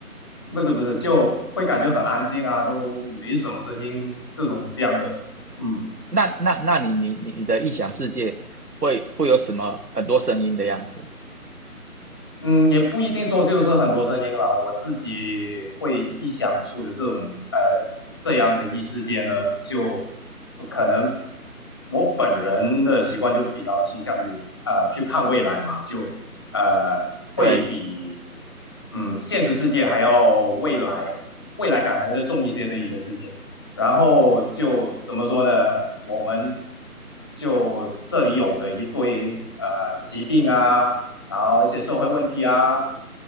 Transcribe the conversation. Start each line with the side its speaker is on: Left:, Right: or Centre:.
Left: 不是不是，就会感觉很安静啊，都没什么声音这种这样的，嗯。
Right: 那那那你你你你的臆想世界会会有什么很多声音的样子？
Left: 嗯，也不一定说就是很多声音了。我自己会臆想出的这种呃这样的异世界呢，就可能我本人的习惯就比较倾向于呃去看未来嘛，就呃会比
Right: 对，
Left: 嗯现实世界还要未来未来感还要再重一些的一个世界。然后就怎么说呢？我们就这里有的一堆呃疾病啊。然后一些社会问题啊，